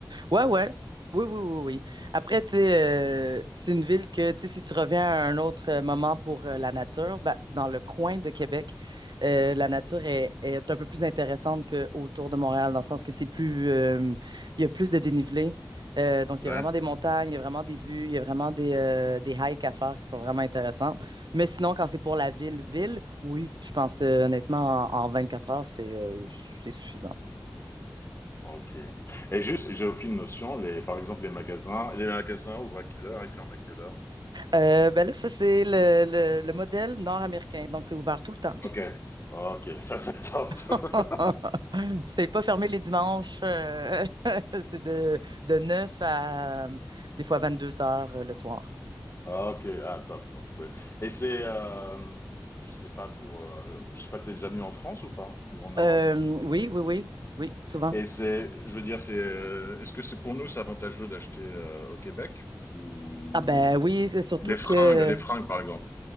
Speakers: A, on the right; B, on the left.
A: Ouais, ouais. Oui, oui, oui, oui. Après, tu sais, euh, c'est une ville que, tu sais, si tu reviens à un autre euh, moment pour euh, la nature, ben, dans le coin de Québec, euh, la nature est, est un peu plus intéressante qu'autour de Montréal, dans le sens que c'est plus, euh, il y a plus de dénivelé. Euh, donc,
B: Ouais.
A: il y a vraiment des montagnes, il y a vraiment des vues, il y a vraiment des, euh, des hikes à faire qui sont vraiment intéressantes. Mais sinon, quand c'est pour la ville-ville, oui, je pense euh, honnêtement, en, en quatre heures, c'est euh, c'est suffisant.
B: Ok. Et juste, j'ai aucune notion, les, par exemple, les magasins, les magasins ouvrent à quelle heure et ferment à quelle heure?
A: Euh, ben là, ça, c'est le, le- le modèle nord-américain. Donc, c'est ouvert tout le temps.
B: Ok. Ok, ça c'est top. <laughs>
A: <laughs> C'est pas fermé les dimanches. euh, <laughs> c'est de, de 9 à euh, des fois vingt-deux heures euh, le soir.
B: Ah, ok, ah, top. Donc, je peux... Et c'est, euh, je sais pas pour, euh, je sais pas, t'es déjà venu en France ou pas? Ou en Europe?
A: Euh, oui, oui, oui, oui, souvent.
B: Et c'est, je veux dire, c'est, euh, est-ce que c'est pour nous, c'est avantageux d'acheter euh, au Québec? Ou
A: Ah ben oui, c'est surtout
B: les fringues,
A: que
B: les fringues, par exemple.